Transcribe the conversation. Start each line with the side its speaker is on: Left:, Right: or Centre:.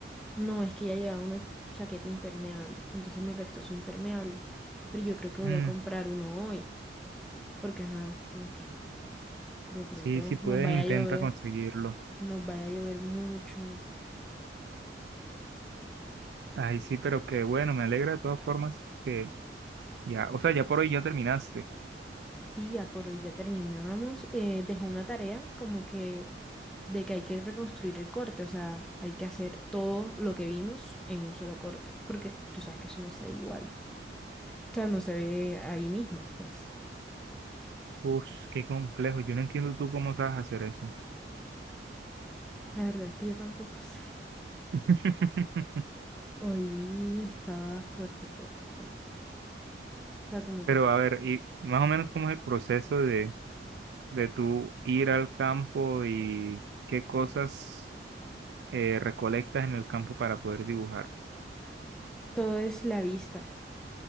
Centre: no, es que ella llevaba una chaqueta impermeable, entonces me prestó su impermeable. Pero yo creo que voy
Right: Mm,
Centre: a comprar uno hoy, porque, ajá, como que de pronto
Right: sí, sí puedes,
Centre: nos vaya
Right: intenta
Centre: a llover,
Right: conseguirlo.
Centre: nos vaya a llover mucho.
Right: Ay, sí, pero qué bueno, me alegra de todas formas que ya, o sea, ya por hoy ya terminaste.
Centre: Sí, ya por hoy ya terminamos. Eh, dejó una tarea como que de que hay que reconstruir el corte, o sea, hay que hacer todo lo que vimos en un solo corte, porque tú sabes que eso no se ve igual. O sea, no se ve ahí mismo, pues.
Right: Uf, qué complejo. Yo no entiendo tú cómo sabes hacer eso.
Centre: La verdad es que yo tampoco <laughs> sé.
Right: <laughs>
Centre: Hoy estaba fuerte, fuerte, fuerte. O sea, como
Right: Pero
Centre: que
Right: a ver, y más o menos cómo es el proceso de, de tú ir al campo y qué cosas eh, recolectas en el campo para poder dibujar.
Centre: todo es la vista.